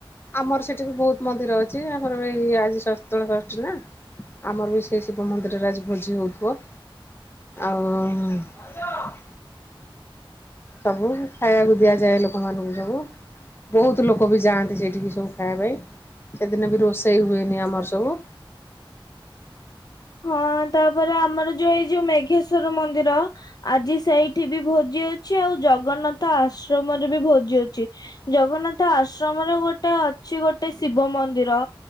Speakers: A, on the left; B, on the left.
A: ଆମର ସେଠି ବି ବହୁତ ମନ୍ଦିର ଅଛି ଆମର ବି ଆଜି ସିତଳ ଷଷ୍ଠୀ ନା ଆମର ବି ସେଇ ଶିବ ମନ୍ଦିରରେ ଆଜି ଭୋଜି ହଉଥିବ। ଆଉ ସବୁ ଖାଇବାକୁ ଦିଆଯାଏ ଲୋକମାନଙ୍କୁ। ବୁ ବୋହୁତ ଲୋକବି ଯାଆନ୍ତି ସେଠିକି ସବୁ ଖାଇବା ପାଇଁ ସେଦିନ ବି ରୋଶେଇ ହୁଏନି ଆମର ସବୁ।
B: ହଁ ତାପରେ ଆମର ଯୋଉ ଏଇ ଯୋଉ ମେଘେଶ୍ଵର ମନ୍ଦିର ଆଜି ସେଇଠି ବି ଭୋଜି ଅଛି ଆଉ ଜଗନ୍ନାଥ ଆସ ଆଶ୍ରମରେ ବି ଭୋଜି ଅଛି ଜଗନ୍ନାଥ ଆଶ୍ରମରେ ଗୋଟେ ଅଛି ଗୋ ଗୋଟେ ଶିବ ମନ୍ଦିର